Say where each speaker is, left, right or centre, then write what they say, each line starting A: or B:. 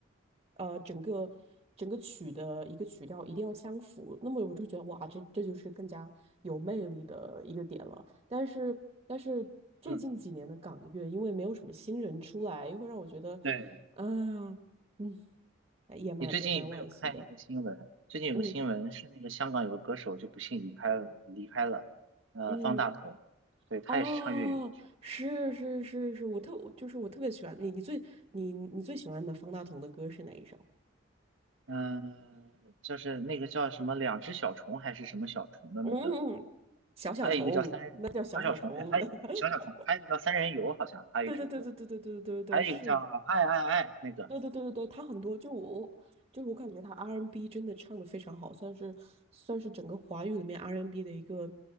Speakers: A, on the right; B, on the right.
A: 呃整个整个曲的一个曲调一定要相符。那么我就觉得哇，这这就是更加有魅力的一个点了。但是但是最近几年的港乐，
B: 嗯，
A: 因为没有什么新人出来，又会让我觉得，
B: 对。
A: 嗯、嗯，哎也蛮也蛮惋惜的。
B: 你最近有没有看一个新闻？最近有个新闻是那个香港有个歌手就不幸离开离开了，
A: 嗯
B: 呃，
A: 嗯。
B: 方大同，对，他也是唱粤语歌曲的，
A: 哦，是是是是，我特我就是我特别喜欢你，你最你你最喜欢的方大同的歌是哪一首？
B: 嗯、就是那个叫什么两只小虫还是什么小虫的那个，
A: 嗯，小小虫，
B: 还有一个叫三人小小虫，
A: 那叫小小虫。
B: 对，还有一个小小虫，
A: <laughs>
B: 还有一个叫三人游，好像还有一首歌，
A: 对对对对对对对对对对，
B: 还有一个叫爱爱爱那个，
A: 是。对对对对对，他很多就我就是我感觉他 R&B n 真的唱的非常好，算是算是整个华语里面 R&B n 的一个